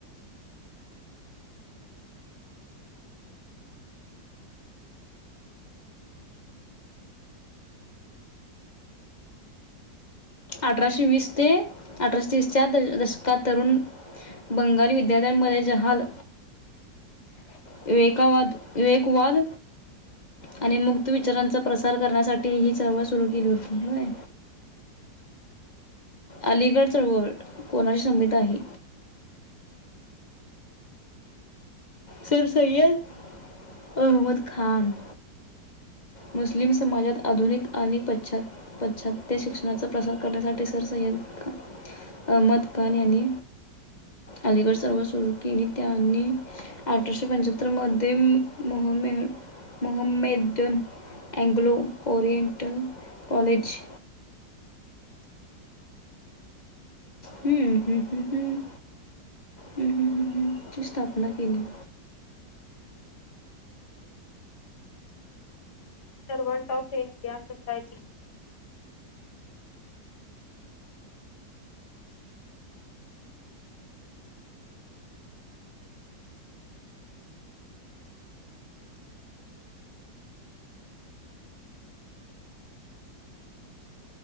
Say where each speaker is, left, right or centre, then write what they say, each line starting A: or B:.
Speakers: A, on the left (about 30°); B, on the left (about 65°).
A: अठराशे वीस ते अठराशे तीसच्या दशकात तरुण बंगाली विद्यालयांमध्ये जहाल
B: <inaudible>
A: विवेकावाद, विवेकवाद आणि मुक्त विचारांचा प्रसार करण्यासाठी हि चळवळ सुरू केली होती. व्हय अलीगड चळवळ कोणाशी समीत आहे? सीर सय्यद, अहमद खान. मुस्लिम समाजात आधुनिक आणि पाश्चात् पश्चात्य शिक्षणाचा प्रसार करण्यासाठी सर सय्यद खा- अहमद खान यांनी अलीगड चळवळ सुरू केली. त्यांनी अठराशे पंच्याहत्तरमध्ये मोहमेद मोहम्मेदून अँंग्लो ओरिएनटल कॉलेज. हम्म हम्म हम्म हम्म हम्म हम्म हम्म ची स्थापना केली.
B: Servant of India society